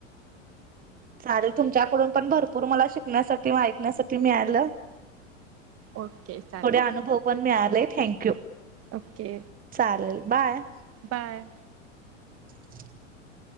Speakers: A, on the right (about 20°); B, on the right (about 40°).
A: चालेल. तुमच्याकडून पण भरपूर मला शिकण्यासाठी व ऐकण्यासाठी मिळालं.
B: ओके चालेल
A: थोडे अनुभव पण मिळाले, थँंक यू.
B: ओके.
A: चालेल, बाय.
B: बाय.
A: <inaudible>